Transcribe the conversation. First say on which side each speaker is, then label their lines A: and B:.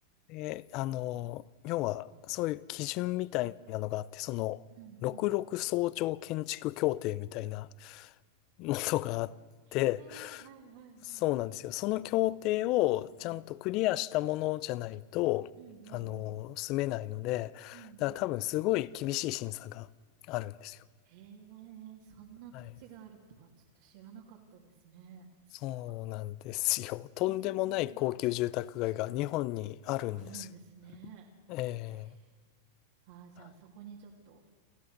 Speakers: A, on the left (about 40°); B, on the right (about 60°).
A: で、あの、要は、そういう基準みたいなのがあって、その、
B: うんうん。
A: 66総長建築協定みたいなものがあって、
B: ええはいはいはい。
A: そうなんですよ。その協定をちゃんとクリアしたものじゃないと、
B: うん。うんうんうん。
A: あの、住めないので、
B: うんうん。
A: だから多分すごい厳しい審査があるんですよ。
B: へえ、そんな土地があるとはちょっと知らなかったですね。
A: はい。
B: そっか。
A: そうなんですよ。とんでもない高級住宅街が日本にあるんですよ。
B: へえ、あるんですね。すげえ。
A: え
B: ああ、じゃあそこにちょっと
A: ー、